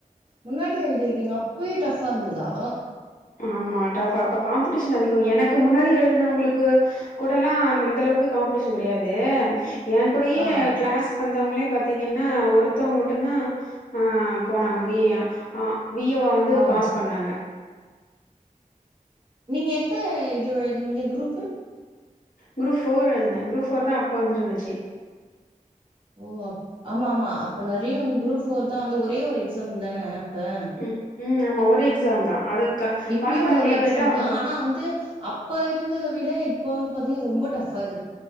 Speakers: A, on the right (about 35°); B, on the left (about 75°).
A: முன்னாடி எழுதியிருக்கீங்க அப்பயே டஃப்பா இருந்ததா
B: ஆமா டப் அப்ப காம்பிடிஷன் அதிகம் எனக்கு முன்னாடி எழுதுன வங்களுக்கு கூட எல்லா அந்த அளவுக்கு காம்பிடிஷன் கிடையாது என் கூடயே
A: ஆ,
B: கிளாஸ் வந்தவங்களே பாத்தீங்கின்னா ஒருத்தவங்க மட்டும் தான் ஆ போனாங்க வியா ஆ விஏவா வந்து
A: ஆ.
B: பாஸ் பண்ணாங்க
A: நீங்க எந்த இது எழுதுனிங்க குரூப்பு
B: குரூப் போர் எழுதுனே குரூப் போர் தா அப்ப வந்திருந்துச்சு
A: ஓ ஆமா ஆமா அப்ப நெறைய வந்து குரூப் போர் தான் வந்து ஒரே ஒரு எக்ஸாம் தான ப
B: ம் ம் ஆமா ஒரு எக்ஸாம் தான் அது க
A: இப்பியும்
B: பாஸ் பண்ணி
A: ஒரு
B: உள்ள
A: எக்ஸாம்
B: போயிட்டா ஒன்னு
A: தான்
B: பிர
A: ஆனா வந்து அப் அப்ப இருந்ததை விட இப்போ வந்து பாத்தீங்கா ரொம்ப டஃப் ஆது